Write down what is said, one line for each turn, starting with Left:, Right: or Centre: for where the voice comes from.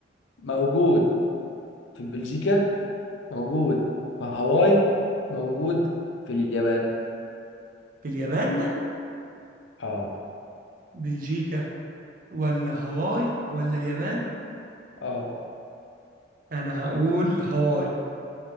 Left: موجود في بلجيكا موجود في هاواي موجود في اليابان
Right: في اليابان
Left: اه
Right: بلجيكا ولا هواي ولا اليابان
Left: اه
Right: أنا هقول هواي